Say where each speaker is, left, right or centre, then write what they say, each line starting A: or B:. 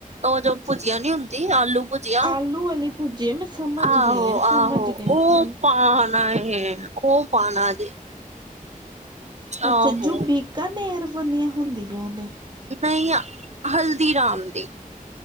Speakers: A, on the right; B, on the right.
A: ਉਹ ਜੋ ਭੁਜੀਆ ਨੀ ਹੁੰਦੀ। ਆਲੂ ਭੁਜੀਆ।
B: ਆਲੂ ਵਾਲੀ ਭੁਜੇ ਮੈਂ ਸਮਝ
A: ਆਹੋ
B: ਗਈ ਹਾਂ ਸਮਝ
A: ਆਹੋ।
B: ਗਈ
A: ਉਹ
B: ਹਾਂ
A: ਪਾਣਾ ਹੈ। ਉਹ ਪਾਉਣਾ ਜੇ। ਆਹੋ
B: ਅੱਛਾ ਜੁ ਬਿਕਾਨੇਰ ਵਾਲੀਆਂ ਹੁੰਦੀਆਂ ਨੇ।
A: ਨਹੀਂ ਆ ਹਲਦੀਰਾਮ ਦੀ।